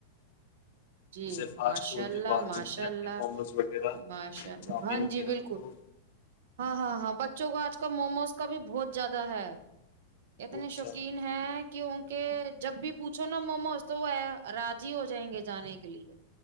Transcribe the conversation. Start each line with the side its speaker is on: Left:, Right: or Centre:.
Left: جیسے
Right: جی
Left: فاسٹ
Right: ماشاء
Left: فوڈ
Right: اللہ
Left: جو باہر
Right: ماشاء
Left: ملتے ہیں
Right: اللہ
Left: اپنے موموز وغیرہ
Right: ماشاء اللہ
Left: چاؤمین
Right: ہاں
Left: وغیرہ
Right: جی بالکل
Left: تو
Right: ہاں ہاں ہاں بس بچوں کو آج کل موموز کا بھی بہت زیادہ ہے اتنے
Left: بہت
Right: شوقین
Left: زیادہ
Right: ہیں کہ ان کے جب بھی پوچھو موموز تو وہ راضی ہو جائیں گے جانے کے گ لیے <unintelligible>